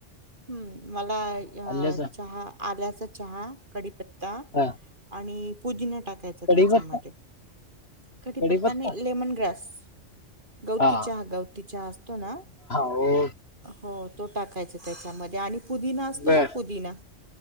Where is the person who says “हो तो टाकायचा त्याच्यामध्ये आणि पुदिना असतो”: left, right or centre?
Right